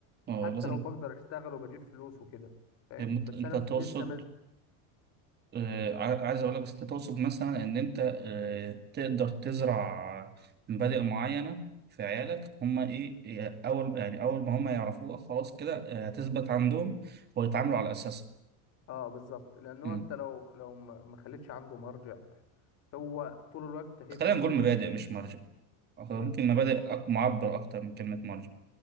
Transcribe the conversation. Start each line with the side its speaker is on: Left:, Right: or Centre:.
Right: اه
Left: حتى
Right: لازم
Left: لو بقدر اشتغل وبجيب فلوس وكده فاهم
Right: يا مت-
Left: بس
Right: انت
Left: انا
Right: تقصد
Left: لسه ما
Right: آه، ع- عايز اقول لك بس انت تقصد مثلا ان انت آه، تقدر تزرع مبادئ معينه في عيالك هم ايه إيه، اول يعني اول ما هم يعرفوها خلاص كده آه، هتثبت عندهم ويتعاملوا على اساسها
Left: اه بالظبط لانه
Right: مم.
Left: انت لو لو ما ما خليتش عنده مرجع هو طول الوقت هيبدا
Right: خلينا نقول
Left: بقى
Right: مبادئ مش مرجع أو
Left: إيه؟
Right: ممكن مبادئ أك- معبر اكتر من كلمه مرجع